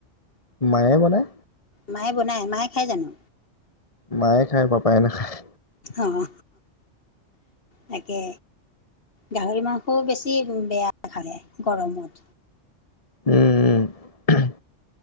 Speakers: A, on the left (about 30°); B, on the left (about 50°).
A: মায়ে বনাই
B: মায়ে বনায় মায়ে খাই জানো
A: মায়ে খায় পাপায়ে নাখায়
B: অ অ হ তাকে গাহৰি মাংসো বেছি বেয়া খালে গৰমত
A: উম উম